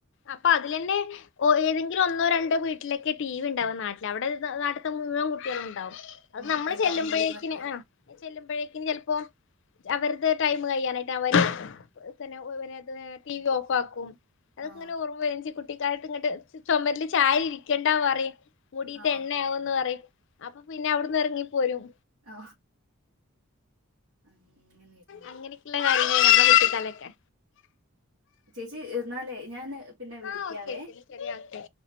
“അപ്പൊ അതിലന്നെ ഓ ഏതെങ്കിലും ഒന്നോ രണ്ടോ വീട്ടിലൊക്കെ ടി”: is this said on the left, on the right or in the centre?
Left